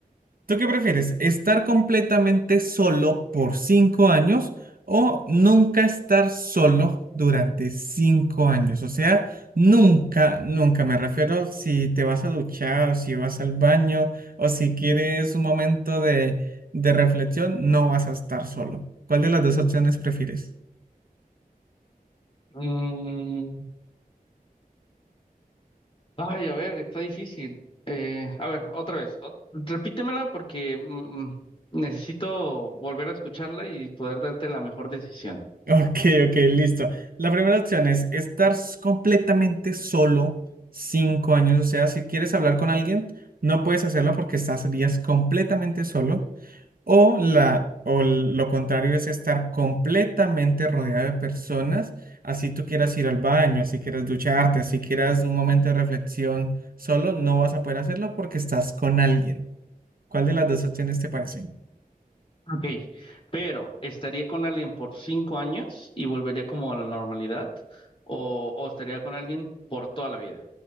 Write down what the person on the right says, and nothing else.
¿Tú qué prefieres? ¿Estar completamente solo por cinco años o nunca estar solo durante cinco años? O sea, nunca, nunca me refiero si te vas a duchar, si vas al baño o si quieres un momento de, de reflexión, no vas a estar solo. ¿Cuál de las dos opciones prefieres?
Ok, ok, listo. La primera opción es estar s- completamente solo cinco años. O sea, si quieres hablar con alguien, no puedes hacerlo porque estás días completamente solo. O, la, o l- lo contrario es estar completamente rodeado de personas, así tú quieras ir al baño, así quieras ducharte, así quieras un momento de reflexión solo, no vas a poder hacerlo porque estás con alguien. ¿Cuál de las dos opciones te parece?